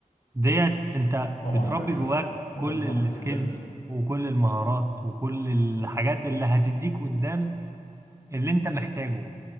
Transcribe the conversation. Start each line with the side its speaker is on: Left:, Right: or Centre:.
Right: ديت أنت
Left: طبعا
Right: بتربي
Left: يا باشا
Right: جواك
Left: يا باشا
Right: كل
Left: ده صح
Right: السكيلز
Left: جدا
Right: وكل المهارات وكل الحاجات اللي هتديك قدام اللي أنت محتاجه